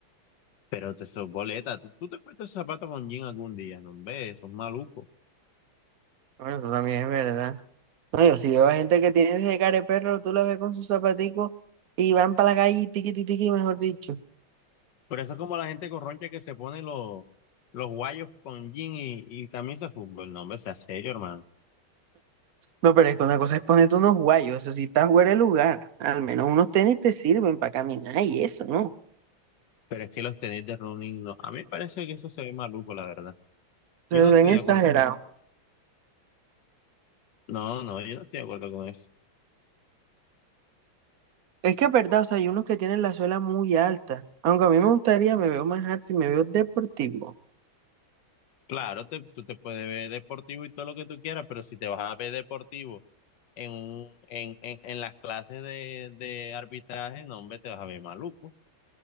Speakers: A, on the left (about 65°); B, on the right (about 60°).
A: Pero te sos boleta. Tú, tú te puesto esos zapatos con jean algún día, no ves, sos maluco.
B: Bueno, eso también es verdad. No, yo sí veo a gente que tiene ese care perro, tú la ves con sus zapaticos y van para la calle, tiqui, tiqui, tiqui, mejor dicho.
A: Pero eso es como la gente corroncha que se pone los, los guayos con jean y, y camisa de fútbol. No, hombre, sea serio, hermano.
B: No, pero es que una cosa es ponerte unos guayos, eso sea, si estás fuera de lugar, al menos unos tenis te sirven para caminar y eso, ¿no?
A: Pero es que los tenis de running, no. A mí me parece que eso se ve maluco, la verdad.
B: Se
A: Yo no
B: ven
A: estoy
B: exagerados.
A: de acuerdo con. No, no, yo no estoy de acuerdo con eso.
B: Es que es verdad, o sea, hay unos que tienen la suela muy alta, aunque a mí me gustaría, me veo más alto y me veo deportivo.
A: Claro, te- tú te puedes ver deportivo y todo lo que tú quieras, pero si te vas a ver deportivo en, un, en, en, en las clases de, de arbitraje, no, hombre, te vas a ver maluco.